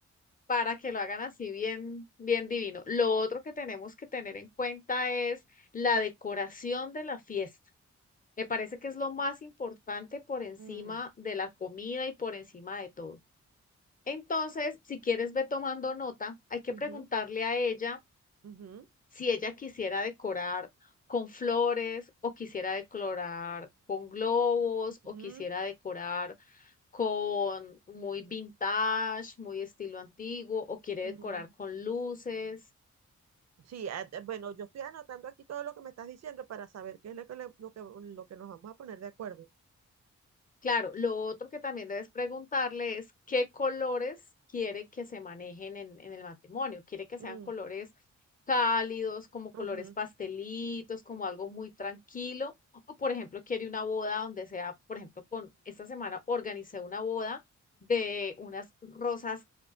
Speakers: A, on the left; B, on the right.
A: para que lo hagan así bien, bien divino. Lo otro que tenemos que tener en cuenta es la decoración de la fiesta. Me parece que es lo más importante por encima
B: Mm,
A: de la comida y por encima de todo. Entonces, si quieres, ve tomando nota. Hay que
B: ujú,
A: preguntarle a ella
B: ujú,
A: si ella quisiera decorar con flores o quisiera decorar con globos
B: ujú,
A: o quisiera decorar con muy vintage, muy estilo antiguo, o quiere
B: ujú.
A: decorar con luces.
B: Sí, a- eh, bueno, yo estoy anotando aquí todo lo que me estás diciendo para saber qué es lo que, le- lo que, lo que nos vamos a poner de acuerdo.
A: Claro, lo otro que también debes preguntarle es qué colores quiere que se manejen en, en el matrimonio. Quiere que
B: Mm,
A: sean colores cálidos, como colores
B: ujú,
A: pastelitos, como algo muy tranquilo. O, por ejemplo, quiere una boda donde sea, por ejemplo, con esta semana organicé una boda de unas rosas